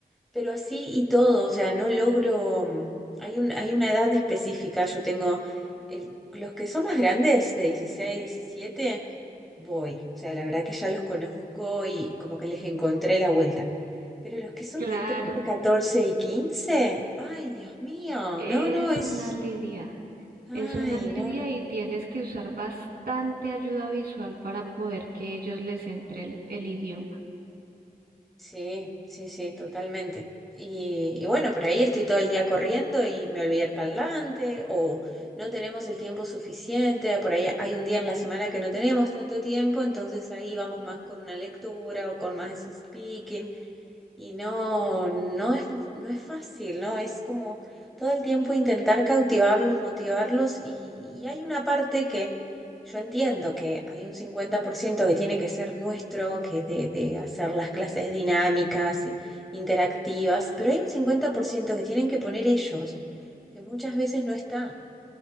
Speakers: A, in the centre; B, on the right.
A: pero así y todo, o sea, no logro, mm, hay un, hay una edad específica, yo tengo, el- los que son más grandes, de 16, 17, voy, o sea, la verdad que ya los conozco y como que les encontré la vuelta. Pero los que son
B: Claro,
A: de 13, 14 y 15, ay, Dios mío,
B: es
A: no, no, es,
B: una lidia, es
A: ay,
B: una lidia
A: no.
B: y tienes que usar bastante ayuda visual para poder que ellos les entre el, el idioma.
A: Sí, sí, sí, totalmente. Y, y bueno, por ahí estoy todo el día corriendo y me olvidé el parlante, o no tenemos el tiempo suficiente, ah, por ahí hay un día en la semana que no tenemos tanto tiempo, entonces ahí vamos más con una lectura o con más speaking. Y no, no es, no es fácil, ¿no? Es como todo el tiempo intentar cautivarlos, motivarlos y, y hay una parte que yo entiendo que hay un 50% que tiene que ser nuestro, que de, de hacer las clases dinámicas, i- interactivas, pero hay un 50% que tienen que poner ellos, que muchas veces no está.